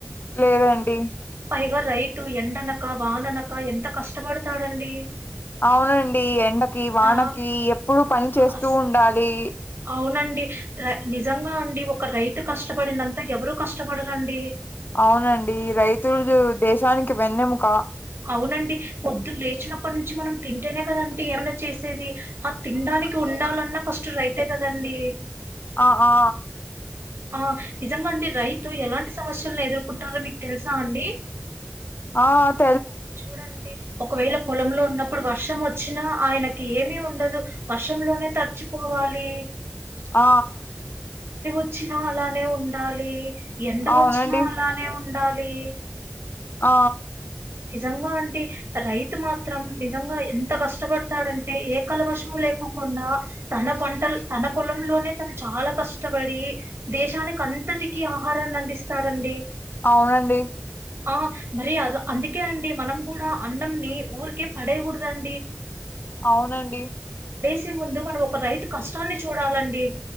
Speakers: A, on the left; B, on the right.
A: లేదండి
B: పైగా రైతు ఎండనక, వాననక ఎంత కష్టపడతాడండి.
A: అవునండి ఎండకి, వానకి
B: ఆ!
A: ఎప్పుడు పని చేస్తూ
B: అస్
A: ఉండాలి.
B: అవునండి. రై నిజంగా అండి, ఒక రైతు కష్టపడినంతా ఎవరు కష్టపడరండి.
A: అవునండి రైతులు, దేశానికి వెన్నెముఖ
B: అవునండి పొద్దున్ లేచినప్పటి నుంచి మనం తింటేనే కదంటి ఏమన్నా చేసేది. ఆ తినడానికి ఉండాలన్నా ఫస్ట్ రైతే కదండి.
A: ఆ ఆ
B: ఆ నిజంగా అండి రైతు ఎలాంటి సమస్యల్ను ఎదుర్కొంటన్నారో మీకు తెలుసా అండి.
A: ఆ వ
B: చూడండి. ఒ ఒకవేళ పొలంలో ఉన్నప్పుడు వర్షం వచ్చినా ఆయనకి ఏమీ ఉండదు, వర్షంలోనే తర్చిపోవా లి
A: ఆ
B: వచ్చినా అలానే ఉండాలి, ఎండ
A: అవునండి
B: వచ్చినా అలానే ఉండాలి.
A: ఆ
B: నిజంగా అంటి రైతు మాత్రం నిజంగా ఎంత కష్టపడతాడంటే, ఏ కలమశము లేక్ కోకుండా తన పంటల్, తన పొలంలోనే తను చాలా కష్టపడి దేశానికి అన్ అంతటిక ఆహారాన్ని అందిస్తాడండి
A: అవునండి
B: ఆ మరి అల అందుకే అండి మనం గూడా అన్నంని ఊరికే పడేయ్గుడ్దండి.
A: అవునండి
B: చే ముందు మనం ఒక రైతు కష్టాన్ని చూడాలండి.